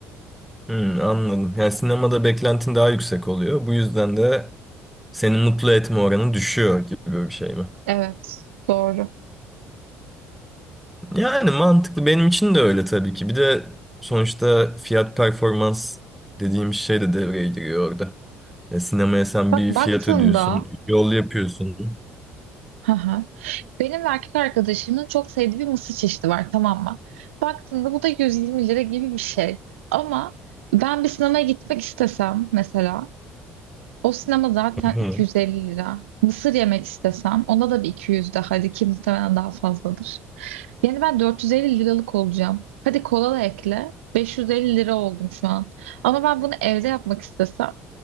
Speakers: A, in the centre; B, on the right.
A: Hmm, anladım. Yani sinemada beklentin daha yüksek oluyor. Bu yüzden de seni mutlu etme oranı düşüyor gibi bir şey mi?
B: Evet, doğru.
A: Yani mantıklı. Benim için de öyle tabii ki. Bir de sonuçta fiyat performans dediğimiz şey de devreye giriyor orada. Ya sinemaya sen
B: Bak
A: bir
B: baktığında
A: fiyat ödüyorsun, yol yapıyorsun.
B: Hı hı. Benim ve erkek arkadaşımın çok sevdiği bir mısır çeşidi var tamam mı? Baktığında bu da 120 lira gibi bir şey. Ama ben bir sinemaya gitmek istesem mesela o sinema zaten
A: Hı hı.
B: 250 lira. Mısır yemek istesem ona da bir 200 daha hadi ki muhtemelen daha fazladır. Yani ben 450 liralık olacağım. Hadi kola da ekle. 550 lira oldum şu an. Ama ben bunu evde yapmak istesem